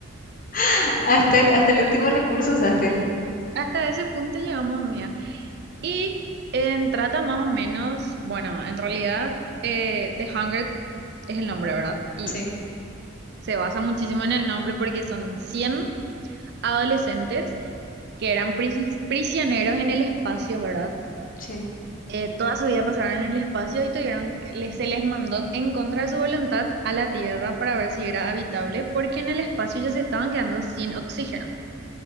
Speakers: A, on the left; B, on the right.
A: <laughs> Hasta, el- hasta el último recurso usaste.
B: Sí, hasta ese punto llegamos, Y em, trata más o menos, bueno, en realidad eh, The Hunger es el nombre, ¿verdad? Y
A: Sí,
B: se basa muchísimo en el nombre porque son 100 adolescentes que eran pris- prisioneros en el espacio, ¿verdad?
A: sí.
B: Eh, toda su vida pasaron en el espacio y tuvieron, les, se les mandó en contra de su voluntad a la Tierra para ver si era habitable porque en el espacio ya se estaban quedando sin oxígeno.